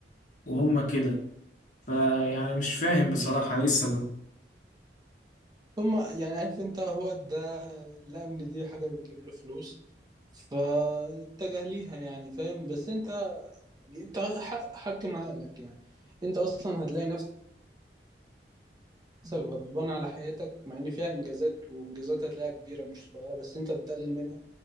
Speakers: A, on the left (about 45°); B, on the right (about 25°).
A: وهم كده فيعني مش فاهم بصراحة ايه السبب
B: هم يعني عارف انت هو ده لقى ان دي حاجة بتجيب له فلوس فاتجه ليها يعني فاهم بس انت يعني انت ح- حكم عقلك يعني انت اصلا هتلاقي نفسك غضبان على حياتك مع ان فيها انجازات وانجازات هتلاقيها كبيرة مش صغيرة بس انت بتقلل منها